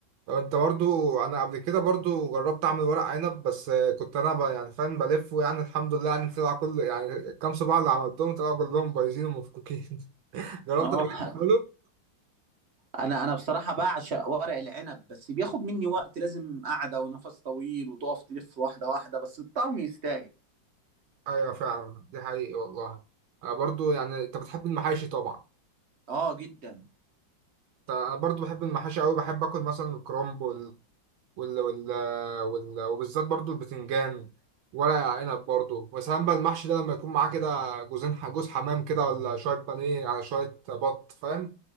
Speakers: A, on the right; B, on the right.
A: لو انت برضو انا قبل كده برضو جربت اعمل ورق عنب بس كنت انا بقى يعني فاهم بلف ويعني الحمد لله يعني طلع كل يعني الكام صباع اللي عملتهم طلعوا كلهم بايظين ومفكوكين <laughs> جربت
B: اه
A: قبل كده تعمله
B: انا انا بصراحه بعشق ورق العنب بس بياخد مني وقت لازم قعده ونفس طويل وتقف تلف واحده واحده بس الطعم يستاهل
A: ايوه فعلا دي حقيقي والله انا برضو يعني انت بتحب المحاشي طبعا
B: اه جدا
A: أنا برضو بحب المحاشي قوي بحب اكل مثلا الكرنب وال... وال... وال... وال... وبالذات برضو البتنجان ورق عنب برضو وسلام بقى المحشي ده لما يكون معاه كده جوزين ح- جوز حمام كده ولا شويه بانيه على شويه بط فاهم